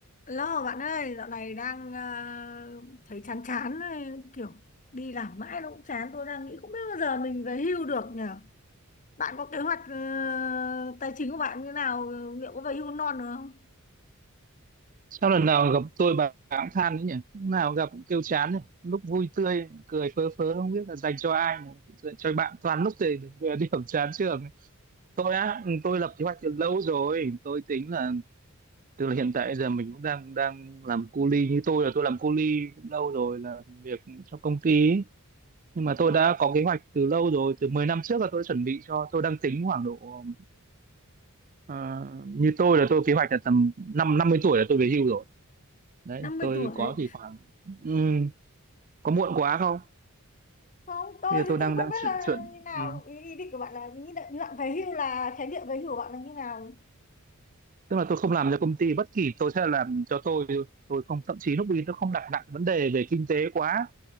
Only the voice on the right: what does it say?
Sao lần nào gặp tôi bà cũng than đấy nhỉ? Lúc nào gặp cũng kêu chán nhỉ? Lúc vui tươi, cười phớ phớ không biết là dành cho ai mà dành cho bạn toàn lúc thì về điểm chán trường. Tôi á, ừ, tôi lập kế hoạch từ lâu rồi. Tôi tính là từ là hiện tại giờ mình cũng đang đang làm cu li như tôi là tôi làm cu li cũng lâu rồi là việc cho công ty ấy. Nhưng mà tôi đã có kế hoạch từ lâu rồi, từ 10 năm trước là tôi đã chuẩn bị cho, tôi đang tính khoảng độ ờ, như tôi là tôi kế hoạch là tầm năm 50 tuổi là tôi về hưu rồi đấy
tôi
có thì khoảng ừm, có muộn quá không
bây giờ
tôi đang
đang
chuyển
chuyển
ừm,
tức là tôi không làm cho công ty bất kỳ tôi sẽ làm cho tôi thôi. tôi không thậm chí lúc ý tôi không đặt nặng vấn đề về kinh tế quá